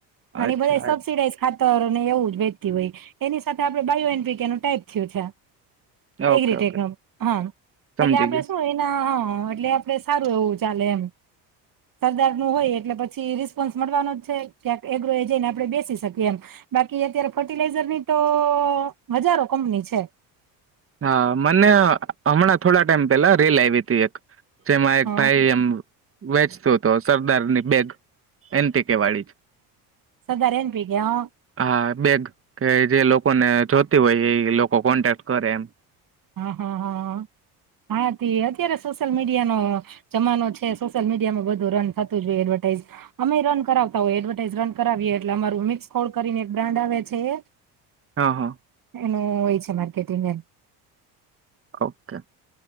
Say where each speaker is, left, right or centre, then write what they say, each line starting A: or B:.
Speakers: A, on the right; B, on the right.
A: અને
B: અચ્છા
A: બધા સબસિડાઝ ખા <inaudible> એવું જ વેચતી હોય એની સાથે આપણે બાયો. <unintelligible> ટાઈપ થયો. <unintelligible> એ
B: ઓકે
A: રીતેનું
B: ઓકે
A: હા
B: સમજી
A: એટલે આપડે
B: ગયો
A: શું એના એટલે આપડે સારું એવું ચાલે એમ સરદાર નું હોય એટલે પછી રિસ્પોન્સ મળવાનો જ છે એગ્રો એ જઈને આપડે બેસી શકીએ એમ બાકી અત્યારે ફર્ટિલાઈઝર ની તો હજારો કંપની છે.
B: હા મને હમણાં થોડા ટાઈમ પેહલા રીલ આયવી હતી. તેક. જેમાં એક
A: હ
B: ભાઈ એમ વેચતો તો સરદારની બેગ એનટી કે વાળી
A: સરદાર એન પી ની હંઅ
B: હા બેગ કે જે, લોકોને જોતી હોય એ લોકો કોન્ટેક્ટ કરે એમ.
A: હા હા હા હાતી અત્યારે સોશિયલ મીડિયાનો જમાનો છે, સોશિયલ મીડિયામાં બધું રન થતું જ હોઈ એડવર્ટાઈઝ, અમેય રન કરાવતા હોય એડવર્ટાઈઝ રન કરાવીએ એટલે અમારું મિક્સ કોલ કરીને એક બ્રાન્ડ આવે છે, એ
B: હા હા,
A: એનું હોય છે. Marketing <inaudible>
B: okay!